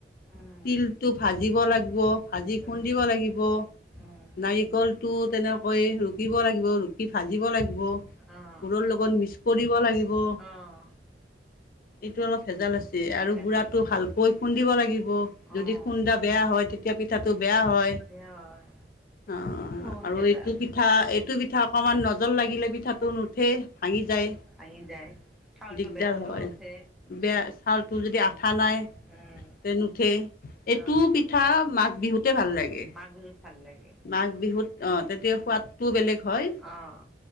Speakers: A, in the centre; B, on the left (about 50°).
A: উম
B: তিলটো ভাজিব লাগিব ভাজি খুন্দিব
A: উম
B: লাগিব।
A: উম
B: নাৰিকলটো তেনেকৈ ৰুকিব লাগিব ৰুকি ভাজিব লাগিব,
A: অঁ
B: গুৰৰ লগত মি কৰিব লাগিব,
A: অঁ
B: এইটো অলপ ভেজাল আছে আৰু
A: ভেজা
B: গুৰাটো ভাল কৈ খুন্দিব লাগিব,
A: অঁ
B: যদি খুন্দা বেয়া হয় তেতিয়া পিঠাটো বেয়া হয়।
A: বেয়া হয়
B: অ
A: বহুত
B: আৰু
A: ভেজাল
B: এইটো কি পিঠা এইটো পিঠা অকনমান নজল লাগিলে পিঠাটো নুঠে ভাঙি যায়
A: ভাঙি যায় চাউলটো
B: দিগদাৰ
A: বেয়া হ'লেও
B: হয়,
A: নুঠে
B: বেয়া চাউলটো যদি আঠা নাই।
A: উম
B: তে নুঠে, এইটো
A: অঁ
B: পিঠা মাঘ বিহুতে ভাল লাগে।
A: মাঘ বিহুত ভাল লাগে।
B: মাঘ বিহুত অ তেতিয়া সোৱাদটোও বেলেগ হয়।
A: অঁ